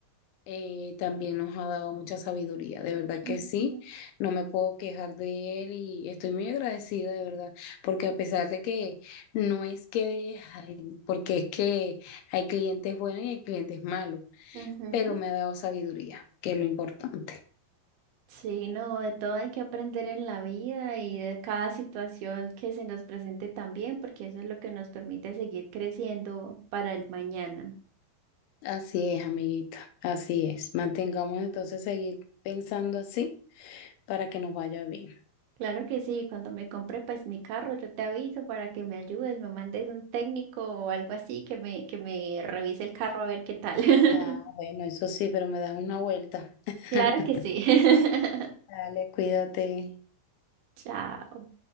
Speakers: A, on the left; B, on the right.
A: eh, también nos ha dado mucha sabiduría. De verdad que
B: Ujú,
A: sí, no me puedo quejar de él y estoy muy agradecida, de verdad, porque a pesar de que no es que, ay, porque es que hay clientes buenos y hay clientes malos,
B: ujú.
A: pero me ha dado sabiduría, que es lo importante.
B: Sí, no, de todo hay que aprender en la vida y de cada situación que se nos presente también, porque eso es lo que nos permite seguir creciendo para el mañana.
A: Así es, amiguito, así es. Mantengamos entonces seguir pensando así para que nos vaya bien.
B: Claro que sí, cuando me compre pues mi carro, yo te aviso para que me ayudes, me mandes un técnico o algo así que me, que me revise el carro a ver qué tal. <laughs>
A: Ah, bueno, eso sí, pero me das una vuelta. <laughs>
B: Claro que sí. <laughs>
A: Dale, cuídate.
B: Chao.